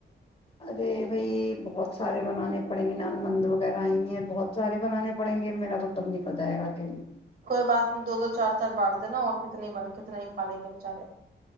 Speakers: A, on the left; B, on the right.
A: ارے بھائی بہت سارے بنانے پڑیں گے ن نند وغیرہ آئ ہیں بہت سارے بنانے پڑیں گے میرا تو ڈب نکل جائے گا کہ
B: کوئی بات نہیں دو دو چار چار بانٹ دینا اور کتنے کتنے ہی کھا لیں گے بچارے